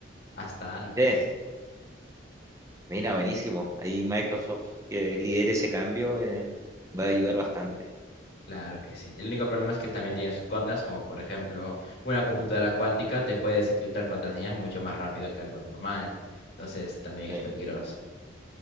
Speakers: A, on the left; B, on the right.
A: hasta antes.
B: Sí, mira, buenísimo. Ahí Microsoft que lidere ese cambio eh, va a ayudar bastante.
A: Claro que sí. El único problema es que también tiene sus contras, como por ejemplo, una computadora cuántica te puede desencriptar contraseñas mucho más rápido que algo normal. Entonces también
B: Sí.
A: es peligroso.